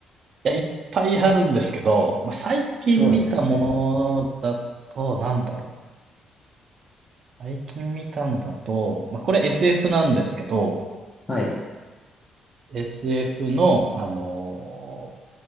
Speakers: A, on the right (about 55°); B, on the left (about 20°).
A: いや、いっぱいあるんですけど、まあ、最近見たものだと、
B: そうですよね。
A: なんだろうな。最近見たのだと、まあ、これ SF なんですけど、
B: はい。
A: SF の、あの